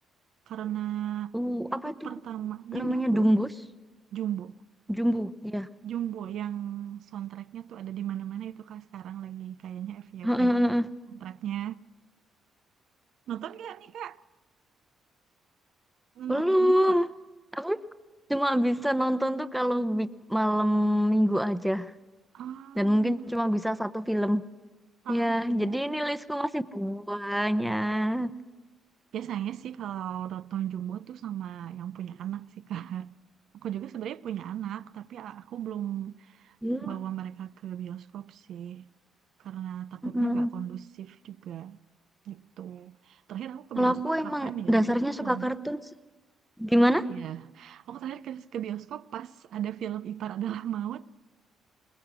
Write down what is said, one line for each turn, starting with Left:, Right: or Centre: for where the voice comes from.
Right: karena
Centre: Uh,
Right: itu
Centre: apa itu?
Right: pertama yang
Centre: Namanya
Right: Jumbo
Centre: Dumbus,
Right: Jumbo
Centre: Jumbu, ya.
Right: Jumbo yang soundtracknya tuh ada di mana-mana itu kak sekarang lagi kayaknya FYP
Centre: Heeh,
Right: juga soundtracknya nonton gak nih kak nonton
Centre: Belum.
Right: Jumbo gak?
Centre: Aku cuma bisa nonton tuh kalau week malam minggu aja.
Right: Am,
Centre: dan mungkin cuma bisa satu film
Right: ah
Centre: ya
Right: iya
Centre: jadi ini listku masih banyak
Right: Biasanya sih kalau nonton Jumbo tuh sama yang punya anak sih Kak. Aku juga sebenarnya punya anak, tapi a- aku belum
Centre: Ya,
Right: bawa mereka ke bioskop sih. Karena takutnya
Centre: mm.
Right: nggak kondusif juga gitu. Terakhir aku ke
Centre: kalau
Right: bioskop
Centre: aku
Right: kapan
Centre: emang
Right: ya?
Centre: dasarnya suka
Right: Lama.
Centre: kartun sih gimana
Right: Iya. Aku terakhir ke, ke bioskop pas ada film Ipar Adalah Maut.